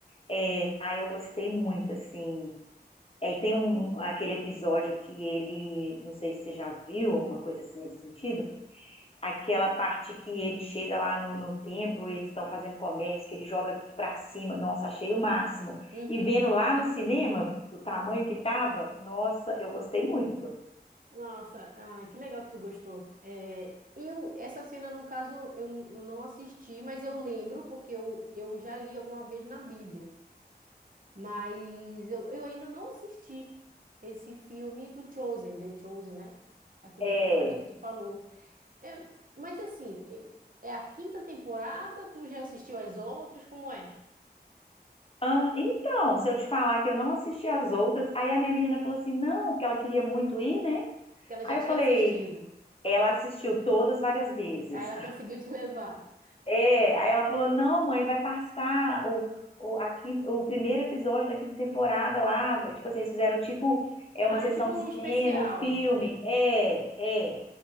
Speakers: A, on the left; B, on the right.
A: É, aí eu gostei muito, assim, e aí tem um- aquele episódio que ele, não sei se você já viu, alguma coisa assim nesse sentido, aquela parte que ele chega lá no, no templo e eles estão fazendo comércio, que ele joga tudo pra cima, nossa, achei o máximo.
B: Uhum.
A: E vendo lá no cinema, do tamanho que tava, nossa, eu gostei muito.
B: Nossa, ai, que legal que tu gostou. É, eu, essa cena, no caso, eu, eu não assisti, mas eu lembro porque eu, eu já li alguma vez na Bíblia. Mas eu, eu ainda não assisti esse filme do Chosen, The Chosen, né? A quinta
A: É.
B: temporada que tu falou. É, mas assim, é, é a quinta temporada, tu já assistiu as outras? Como é?
A: Ah, então, se eu te falar que eu não assisti as outras, aí a minha menina falou assim, não, porque ela queria muito ir, né?
B: Que ela
A: Aí
B: já tinha
A: eu falei,
B: assistido.
A: ela assistiu todas várias vezes.
B: Aí ela conseguiu te levar.
A: É, aí ela falou: não, mãe, vai passar o, o, a quin o primeiro episódio da quinta temporada lá. Tipo assim, eles fizeram tipo é
B: Ah,
A: uma sessão
B: tipo
A: de
B: um
A: cinema,
B: especial.
A: o filme. É, é.